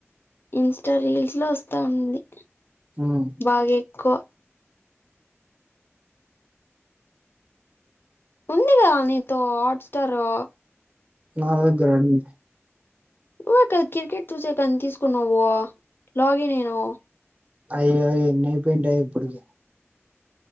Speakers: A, on the left; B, on the right.
A: ఇన్స్టా రీల్స్ ఇంట్లో వస్తా ఉంది
B: ఉమ్
A: బాగా ఎక్కువ ఉంది గా నీతో హాట్స్టారూ
B: నా అగ్గర అన్ని
A: ఆర్కే క్రికెట్ చూసేతన్కి తీస్కున్నావ్వు లాగిన్ అయినవూ
B: అయ్ అయ్ ఎన్ని అయిపోయింటయి ఇప్పటికీ